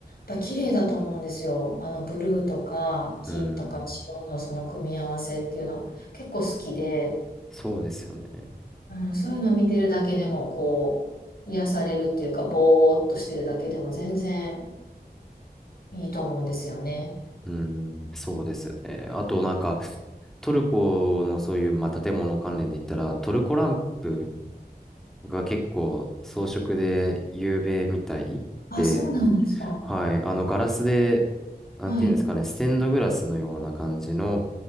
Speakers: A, on the left (about 60°); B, in the centre.
A: やっぱ綺麗だと思うんですよ。あのブルーとか金とか白のその組み合わせっていうのは結構好きで、
B: うん、そうですよね。
A: うん、そういうのを見てるだけでも、こう、癒されるっていうか、ぼーっとしてるだけでも全然いいと思うんですよね。
B: うん、そうですよね。あとなんか、トルコのそういう、まあ、建物関連で言ったら、トルコランプが結構装飾で有名みたいで、
A: あ、そうなんですか。
B: はい。あの、ガラスで、なんていうんですかね、
A: はい、
B: ステンドグラスのような感じの